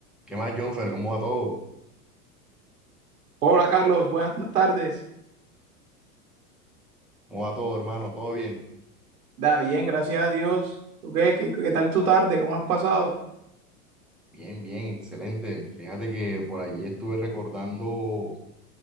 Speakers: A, in the centre; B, on the right.
A: ¿Qué más, Jonfer? ¿Cómo va todo?
B: Hola Carlos, buenas tardes.
A: ¿Cómo va todo, hermano? ¿Todo bien?
B: Da bien, gracias a Dios. ¿Tú qué, qué, qué tal tu tarde? ¿Cómo has pasado?
A: Bien, bien, excelente. Fíjate que por allí estuve recordando